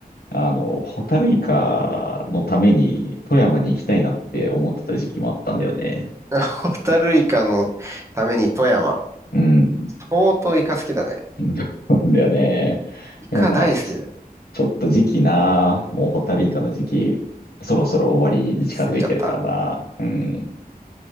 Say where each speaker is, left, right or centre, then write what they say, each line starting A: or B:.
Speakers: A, on the left (about 75°); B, on the right (about 20°).
A: あの、ホタルイカのために富山に行きたいなって思ってた時期もあったんだよね。
B: <laughs> ホタルイカのために富山。
A: うん。
B: 相当イカ好きだね。
A: そうなんだよね。
B: イカ大好きで、
A: でもまあ、ちちょっと時期な、もうホタルイカの時期、そろそろ終わりに近づいてるからな。
B: すぎちゃった。
A: うん。